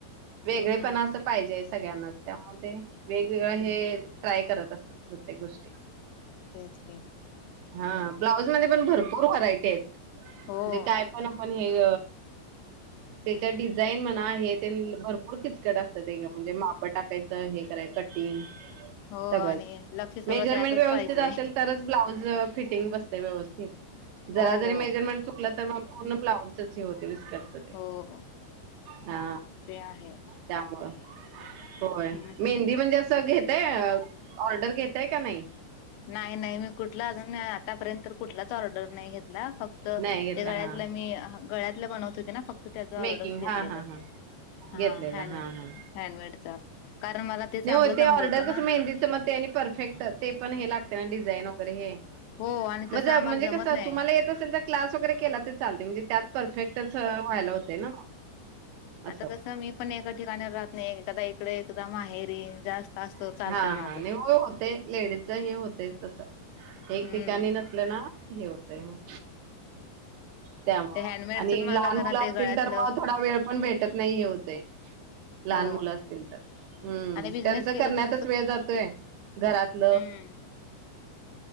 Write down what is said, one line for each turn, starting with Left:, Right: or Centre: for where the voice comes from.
Right: वेगळेपण
Left: हम्म
Right: असं पाहिजे, सगळ्यांनाच. त्यामुळं ते, वेगवेगळं
Left: हम्म
Right: हे ट्राय करत असतात, प्रत्येक गोष्टी.
Left: तेच की.
Right: हा, ब्लाऊजमध्ये पण भरपूर व्हरायटीयत.
Left: हो.
Right: म्हणजे काय पण- पण हे त्याच्या डिझाईन म्हणा, हे ते न. भरपूर किचकट असतं ते गं. म्हणजे, माप टाकायचं, हे कराय कटिंग.
Left: हो
Right: सगळंच.
Left: आणि लक्ष
Right: मेजरमेंट
Left: सगळं त्यातच
Right: व्यवस्थित
Left: पाहिजे
Right: असेल, तरच ब्लाउज फिटिंग बसतय व्यवस्थित. जरा
Left: हो
Right: जरी
Left: हो
Right: मेजरमेंट चुकलं, तर मग पूर्ण ब्लाउजच हे होते, विस्कट तय.
Left: हो हो
Right: हा,
Left: ते आहे.
Right: त्यामुळं. होय.
Left: हम्म
Right: मेहंदी म्हणजे असं, घेतय. ऑर्डर घेतय, का नाही?
Left: नाही, नाही. मी कुठला, अजून आतापर्यंत कुठलाच ऑर्डर नाही घेतला. फक् त
Right: नाही घेतला
Left: ते गळ्यातलं
Right: हां.
Left: मी, गळ्यातलं बनवत होते ना, फक्त. त्याचं
Right: मेकिंग
Left: ऑर्डर्स घेतलेलं.
Right: हां हां हां
Left: हा,
Right: घेतलेला
Left: हॅन्ड
Right: हां हां.
Left: हॅण्डमेडचं. कारण मला
Right: नाही
Left: चांगलं
Right: ओ, ते
Left: जमलं
Right: ऑर्डर
Left: होतं
Right: कसं
Left: ना
Right: मेहंदीच. मग ते आणि परफेक्ट, ते पण हे लागते ना डिझाईन वगैरे हे.
Left: हो आणि
Right: म
Left: तसं
Right: जा
Left: आम्हाला
Right: म्हणजे
Left: जमत
Right: कसं,
Left: नाही
Right: तुम्हाला येत असेल तर क्लास वगैरे केला ते चालते. म्हणजे त्यात परफेक्टच, व्हायला होतेय ना. असं
Left: आता कसं, मी पण एका ठिकाणी राहत नाही. एकदा इकडं, एकदा माहेरी. जास्त असं
Right: हा,
Left: चालतय
Right: हा.
Left: माझं
Right: आणि हो होते, लेडीजच हे होते तसं. एक
Left: हम्म
Right: ठिकाणी नस लं ना, हे होतय, मग. त्यामुळं
Left: ते हँडमेडच
Right: आणि
Left: मला
Right: लहान
Left: जरा
Right: मुलं
Left: ते
Right: असतील
Left: गळ्यातलं
Right: तर मग थोडा वेळ पण भेटत नाही हे होतय. लहान
Left: हो
Right: मुलं असतील तर, हम्म
Left: आणि बिझनेस
Right: त्यांचं
Left: केलं
Right: करण्यातच
Left: तर
Right: वेळ जातोय. घरातलं
Left: हम्